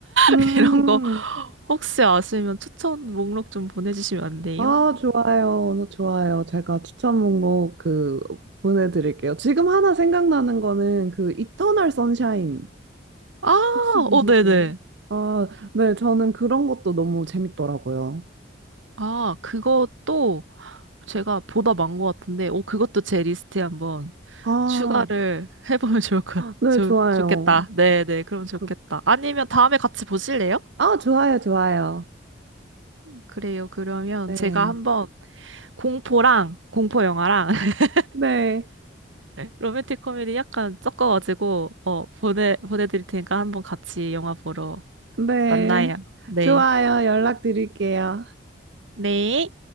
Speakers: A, on the right; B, on the right.
A: 음,
B: <laughs> 이런 거 혹시 아시면 추천 목록 좀 보내주시면 안 돼요?
A: 아, 좋아요. 좋아요. 제가 추천 목록 그 보내드릴게요. 지금 하나 생각나는 거는 그 이터널 선샤인.
B: 아,
A: 혹시 보셨어요?
B: 어, 네네.
A: 아, 네, 저는 그런 것도 너무 재밌더라고요.
B: 아, 그것도 제가 보다 많은 것 같은데, 오, 그것도 제 리스트에 한번
A: 아,
B: 추가를 <laughs> 해보면 좋을 것, 같-
A: 네,
B: 좋,
A: 좋아요.
B: 좋겠다. 네네, 그럼 좋겠다.
A: 그,
B: 아니면 다음에 같이 보실래요?
A: 아, 좋아요, 좋아요.
B: 그래요. 그러면
A: 네.
B: 제가 한번 공포랑, 공포 영화랑 <laughs>
A: 네.
B: 로맨틱 코미디 약간 섞어가지고, 어, 보내, 보내드릴 테니까 한번 같이 영화 보러
A: 네.
B: 만나요. 네.
A: 좋아요. 연락드릴게요.
B: 네.